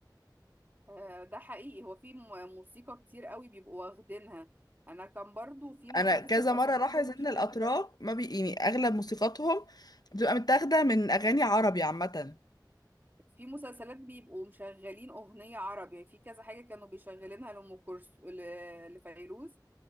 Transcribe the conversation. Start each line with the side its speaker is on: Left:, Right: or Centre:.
Right: آه، ده حقيقي هو في م- موسيقى كتير قوي بيبقوا واخدينها انا كان برضو في مسلسل
Left: انا كذا
Right: بس
Left: مره
Right: برضو
Left: لاحظ
Right: مش
Left: ان الاتراك
Right: فاكرة
Left: ما بي يعني اغلب موسيقاتهم بتبقى متاخده من اغاني عربي عامه
Right: في مسلسلات بيبقوا مشغلين اغنية عربي يعني في كذا حاجة كانوا بيشغلينها لأم كلثوم ل- لفيروز